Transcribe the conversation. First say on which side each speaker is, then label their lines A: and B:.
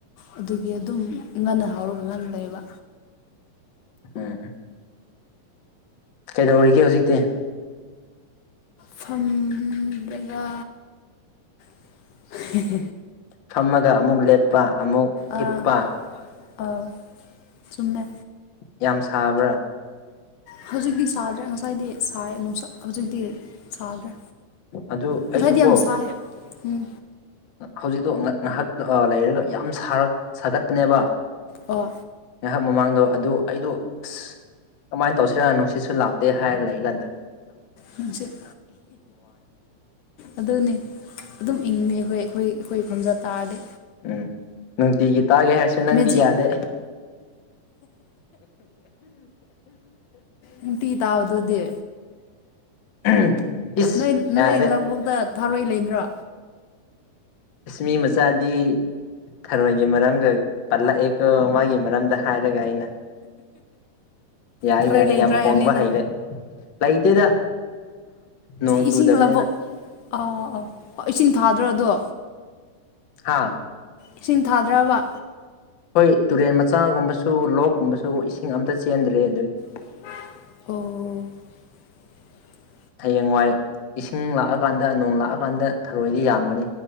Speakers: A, on the left; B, on the left.
A: ꯑꯗꯨꯒꯤ ꯑꯗꯨꯝ ꯉꯟꯅ ꯍꯧꯔꯒ ꯉꯟꯅ ꯂꯩꯕ
B: ꯍꯝ ꯀꯩꯗꯧꯔꯤꯒꯦ ꯍꯧꯖꯤꯛꯇꯤ
A: ꯐꯝꯕꯒ <inaudible>
B: ꯐꯝꯃꯒ ꯑꯃꯨꯛ ꯂꯦꯞꯄ ꯑꯃꯨꯛ
A: ꯑꯥ
B: ꯍꯤꯞꯄ
A: ꯑꯥ ꯆꯨꯝꯃꯦ
B: ꯌꯥꯝ ꯁꯥꯕ꯭ꯔꯥ
A: ꯍꯧꯖꯤꯛꯇꯤ ꯁꯥꯗ꯭ꯔꯦ ꯉꯁꯥꯏꯗꯤ ꯁꯥꯏ ꯅꯨꯡꯁꯛ ꯍꯧꯖꯤꯛꯇꯤ ꯁꯥꯗ꯭ꯔꯦ
B: ꯑꯗꯨ
A: ꯉꯁꯥꯏꯗꯤ
B: ꯑꯩꯁꯨ ꯀꯣ
A: ꯌꯥꯝ ꯁꯥꯏꯌꯦ
B: ꯍꯧꯖꯤꯛꯇꯣ ꯉꯥ ꯉꯥꯏꯍꯥꯛ ꯑ ꯂꯩꯔꯒ ꯌꯥꯝ ꯁꯥꯔꯛ ꯁꯥꯒꯠꯄꯅꯦꯕ
A: ꯑꯣ
B: ꯉꯥꯏꯍꯥꯛ ꯃꯃꯥꯡꯗꯣ ꯑꯗꯨ ꯑꯩꯗꯣ ꯑꯁ ꯀꯃꯥꯏꯅ ꯇꯧꯁꯤꯔ ꯅꯨꯡꯁꯤꯠꯁꯨ ꯂꯥꯛꯇꯦ ꯍꯥꯏꯔ ꯂꯩꯏ ꯀꯥꯟꯗ
A: ꯅꯨꯡꯆꯠ ꯑꯗꯨꯅꯦ ꯑꯗꯨꯝ ꯏꯪꯉꯩ ꯍꯣꯏ ꯑꯈꯣꯏ ꯑꯈꯣꯏ ꯐꯝꯖ ꯇꯥꯔꯗꯤ
B: ꯎꯝ ꯅꯨꯡ ꯇꯤꯒꯤ ꯇꯥꯒꯦ ꯍꯥꯏꯔꯁꯨ ꯅꯪꯗꯤ
A: ꯃꯦꯖꯤꯛ
B: ꯌꯥꯗꯦ
A: ꯅꯨꯡꯇꯤ ꯇꯥꯕꯗꯨꯗꯤ
B: <unintelligible>
A: ꯅꯣꯏ
B: ꯌꯥꯔꯦ
A: ꯅꯣꯏ ꯂꯧꯕꯨꯛꯇ ꯊꯥꯔꯣꯏ ꯂꯩꯗ꯭ꯔꯣ
B: ꯏꯁ ꯃꯤ ꯃꯆꯥꯥꯗꯤ ꯊꯔꯣꯏꯒꯤ ꯃꯔꯝꯒ ꯄꯜꯂꯛꯑꯦꯀꯣ ꯃꯥꯒꯤ ꯃꯔꯝꯗ ꯍꯥꯏꯔꯒ ꯑꯩꯅ ꯌꯥꯏ
A: ꯊꯔꯣꯏ
B: ꯌꯥꯏ
A: ꯂꯩꯗ꯭ꯔꯥ
B: ꯌꯥꯝ ꯍꯣꯡꯕ
A: ꯍꯥꯏꯕꯅꯤꯗ
B: ꯍꯩꯔꯦ ꯂꯩꯇꯦꯗ ꯅꯣꯡ ꯆꯨꯗꯕꯅꯤꯅ
A: ꯏꯁꯤꯡ ꯂꯕꯨꯛ ꯑꯥ ꯏꯁꯤꯡ ꯊꯥꯗ꯭ꯔꯣ ꯑꯗꯣ
B: ꯍꯥꯥ
A: ꯏꯁꯤꯡ ꯊꯥꯗ꯭ꯔꯥꯕ
B: ꯍꯣꯏ ꯇꯨꯔꯦꯟ ꯃꯆꯥꯒꯨꯝꯕꯁꯨ ꯂꯣꯛꯀꯨꯝꯕꯁꯨ ꯏꯁꯤꯡ ꯑꯝꯇ ꯆꯦꯟꯗ꯭ꯔꯦ ꯑꯗꯨꯒꯤ
A: ꯑꯣ
B: ꯍꯌꯦꯡꯋꯥꯏ ꯏꯁꯤꯡ ꯂꯥꯛꯑꯀꯥꯟꯗ ꯅꯣꯡ ꯂꯥꯛꯑꯀꯥꯟꯗ ꯊꯔꯣꯏꯗꯤ ꯌꯥꯝꯒꯅꯤ